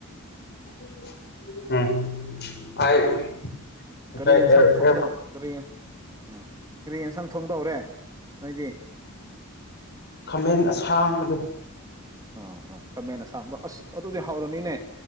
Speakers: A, on the left; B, on the right.
A: <inaudible>
B: ꯀꯔꯤ ꯌꯦꯟꯁꯥꯡ
A: ꯑꯦꯔ
B: ꯊꯣꯡꯗꯧ
A: ꯑꯦꯔ
B: ꯀꯔꯤ ꯎꯝ ꯀꯔꯤ ꯌꯦꯟꯁꯥꯡ ꯊꯣꯡꯗꯧꯔꯦ ꯅꯣꯏꯗꯤ
A: ꯈꯥꯃꯦꯟ ꯑꯁꯥꯡꯕꯗꯨ
B: ꯑꯥ ꯑꯥ ꯈꯃꯦꯟ ꯑꯁꯥꯡꯕ ꯑꯁ ꯑꯗꯨꯗꯤ ꯍꯥꯎꯔꯅꯤꯅꯦ